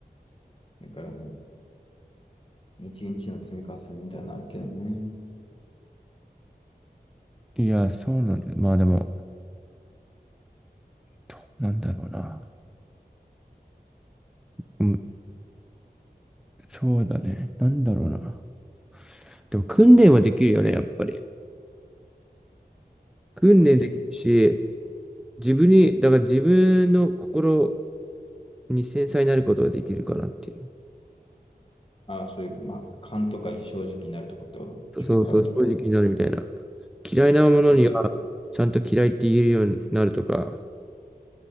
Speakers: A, on the left (about 30°); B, in the centre.
A: う。だから日う、一日の積み重ねみたいなのあるけどね。
B: う。いや、そうなんだよ。まあでも、どうなんだろうな。うん、そうだね。なんだろうな。でも訓練はできるよね、やっぱり。訓練できるし、
A: できる。
B: 自分に、だから自分の心に繊細になることができるかなっていう。
A: ああ、そういう、まあ、感とか異常時期になるとこってこと直感とか。
B: そうそう、正直になるみたいな。嫌いなものには、
A: あ、そあ
B: ちゃんと嫌いって言えるようになるとか、